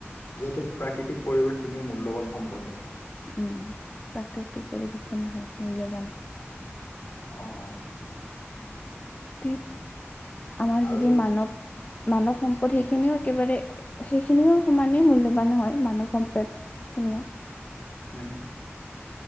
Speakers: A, on the left (about 60°); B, on the left (about 35°).
A: যিহেতু প্ৰাকৃতিক পৰিৱেশখিনিয়ে মূল্যৱান সম্পদ হয়।
B: উম, প্ৰাকৃতিক পৰিৱেশ খিনি হয় মূল্যৱান।
A: অঁঅ।
B: ঠিক, আমাৰ যদি
A: আৰু
B: মানৱ- মানৱ সম্পদ
A: উম
B: সেইখিনিও একেবাৰে- সেইখিনিও সমানে মূল্যৱান হয়, মানৱ সম্পদ খিনিও।
A: উম'।